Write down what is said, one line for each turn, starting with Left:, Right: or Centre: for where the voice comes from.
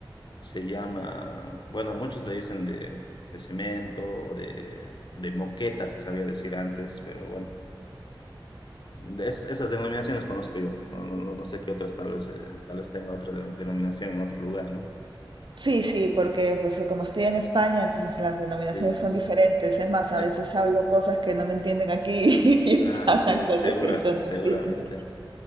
Left: Se llama, bueno, muchos le dicen de, de cemento o de, de moqueta, se sabía decir antes, pero bueno, de es- esas denominaciones conozco yo. No, no, no- no sé qué otras, tal vez, eh, tal vez tenga otra de- denominación en otro lugar, ¿no?
Right: Sí, sí, porque pues eh, como estoy en España, entonces las denominaciones
Left: Sí,
Right: son diferentes. Es más, a
Left: eh,
Right: veces hablo cosas que no me entienden aquí <laughs> y ellos
Left: ah,
Right: hablan
Left: sí,
Right: cosas
Left: segura,
Right: que yo no
Left: seguramente.
Right: entiendo.